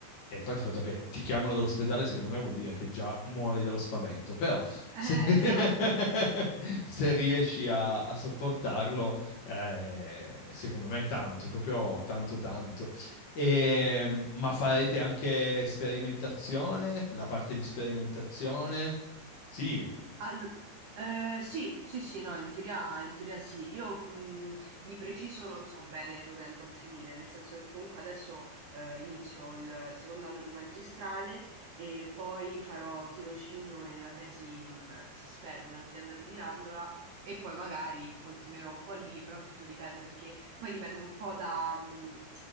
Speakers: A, on the left (about 60°); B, on the right (about 75°).
A: e a parte il fatto che ti chiamano dall'ospedale secondo me vuol dire che già muori dallo spavento, però
B: Eh,
A: se, <laughs>
B: esatto.
A: se riesci a, a sopportarlo, eh, secondo me è tanto, è proprio tanto tanto. E, ma farete anche sperimentazione? La parte di sperimentazione? Sì,
B: Al- eh, sì, sì, sì, no, in teoria, in teoria sì. Io mh, di preciso non so bene dove andrò a finire, nel senso che comunque adesso eh, inizio il, il secondo anno di magistrale e poi farò tirocinio e la tesi in un, si spera, in un'azienda di Mirandola e poi magari continuerò un po' lì, però tutto dipende perché poi dipende un po' da... mh,